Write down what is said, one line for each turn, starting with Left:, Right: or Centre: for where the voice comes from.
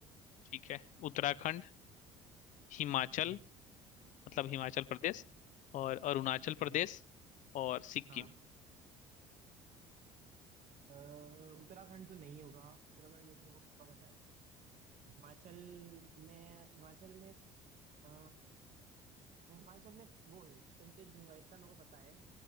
Left: ठीक है उत्तराखंड हिमाचल
Right: हम्म,
Left: मतलब हिमाचल प्रदेश और अरुणाचल
Right: हाँ
Left: प्रदेश और सिक्किम
Right: हाँ अ, उत्तराखंड तो नहीं होगा उत्तराखंड में तो मेरे को पक्का पता है हिमाचल में हिमाचल में आ, हिमाचल में वो है कंचनजंगा इतना मेरे को पता है